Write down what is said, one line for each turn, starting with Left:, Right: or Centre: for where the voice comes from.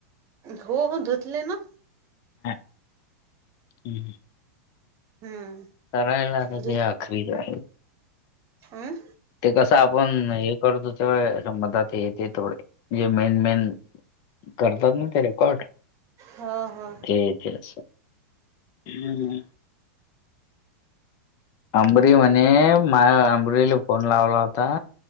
Right: हो हो धुतले ना
Left: <inaudible>
Right: हम्म
Left: करायला तर
Right: धु
Left: ते आखरी जा
Right: हम्म
Left: ते कसं आपण हे करतो ते मतात येते थोडे म्हजे मेन मेन करतात ना ते रेकॉर्ड
Right: हो हो
Left: ते तेच हम्म अंबरी म्हणे माझ अंबरीला फोन लावला होता